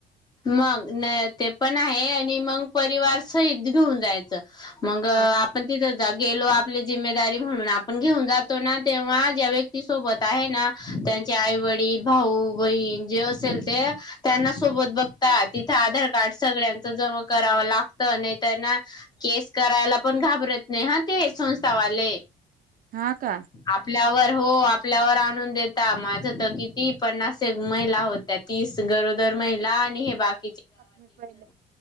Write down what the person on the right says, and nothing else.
हा
हा का
म पहिले